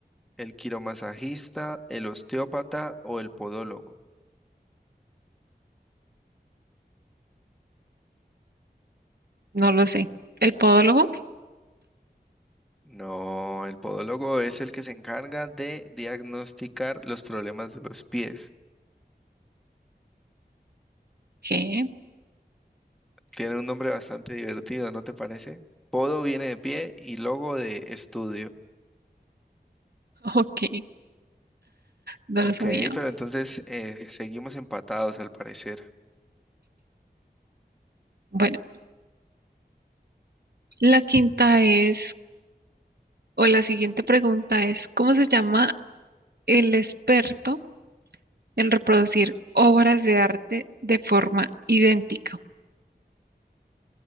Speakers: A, in the centre; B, on the right (about 65°).
A: ¿El quiromasajista, el osteópata o el podólogo?
B: No lo sé. ¿El podólogo?
A: No, el podólogo es el que se encarga de diagnosticar los problemas de los pies.
B: ¿Qué? <laughs>
A: Tiene un nombre bastante divertido, ¿no te parece? Podo viene de pie y logo de estudio.
B: Ok, no
A: Ok,
B: lo sabía.
A: pero entonces eh, seguimos empatados al parecer.
B: Bueno, la quinta es, o la siguiente pregunta es, ¿cómo se llama el experto? el reproducir obras de arte de forma idéntica.